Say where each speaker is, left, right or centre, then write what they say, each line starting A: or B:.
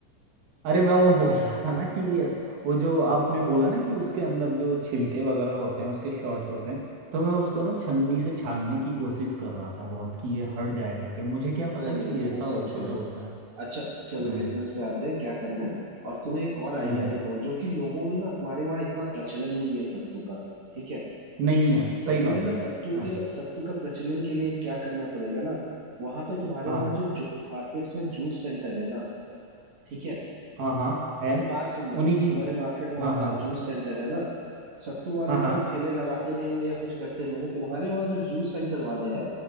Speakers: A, on the right (about 70°); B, on the right (about 50°).
A: अरे मैं वो <laughs> बोल रहा था ना कि ये- वो जो आपने बोला ना कि उसके अंदर जो छिलके वगैरह होते हैं उसके शॉर्ट्स होते हैं तो मैं उसको ना छन्नी से छानने की कोशिश कर रहा था बहुत कि ये हट जाए करके मुझे क्या
B: अरे
A: पता
B: नहीं
A: कि ऐसा
B: वो
A: हो
B: सब छोड़ो
A: कुछ होता है
B: अच्छा चलो
A: नहीं
B: बिजनेस पे आते हैं क्या करना है और तुम्हें एक और आइडिया
A: हम्म हम्म,
B: देता हूँ जो कि लोगों में ना तुम्हारे वहां इतना प्रचलन नहीं है सत्तू का ठीक है
A: नहीं है
B: तो
A: सही
B: तुम्हें
A: बात
B: ना
A: है
B: सत्तू
A: हाँ
B: के सत्तू का प्रचलन के लिए क्या करना पड़ेगा ना वहां पे तुम्हारे
A: हाँ
B: वहां जो जो भी मार्केट्स में जूस सेंटर है ना ठीक है
A: हाँ हाँ है
B: मेरी बात सुनना
A: उन्हीं की
B: तुम्हारे मार्केट वहां
A: हाँ हाँ
B: जूस सेंटर है ना सत्तू वाले
A: हाँ हाँ
B: तो ठेले लगाते नहीं होंगे या कुछ करते नहीं होंगे तुम्हारे वहां जो जूस सेंटर वाले हैं